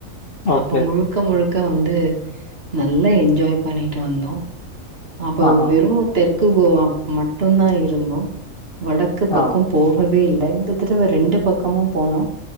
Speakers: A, on the left (about 50°); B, on the right (about 45°).
A: ஓகே.
B: அப்ப முழுக்க முழுக்க அங்க வந்து நல்லா என்ஜாய் பண்ணிட்டு வந்தோம் அப்ப
A: ஆஹா.
B: வெறும் டெக் கோவா மட்டுந்தா இருந்தோ வடக்கு பக்கம்
A: ஆ.
B: போகவே இல்ல இந்த தடவ ரெண்டு பக்கமும் போனோம்